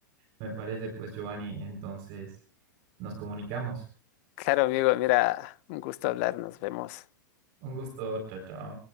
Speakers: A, on the right; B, on the left.
A: me parece pues Giovanni, entonces nos comunicamos.
B: Claro, amigo, mira, un gusto hablar, nos vemos.
A: Un gusto, chao, chao.